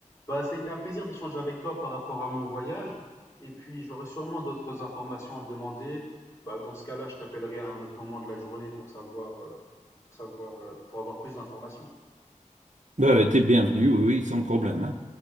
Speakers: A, on the left; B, on the right.
A: Bah, ça a été un plaisir d'échanger avec toi par rapport à mon voyage. Et puis, j'aurai sûrement d'autres informations à te demander. Bah, dans ce cas-là, je t'appellerai à un autre moment de la journée pour savoir, euh, pour savoir, euh, pour avoir plus d'informations.
B: Ben, t'es bienvenu, oui, oui, sans problème, hein.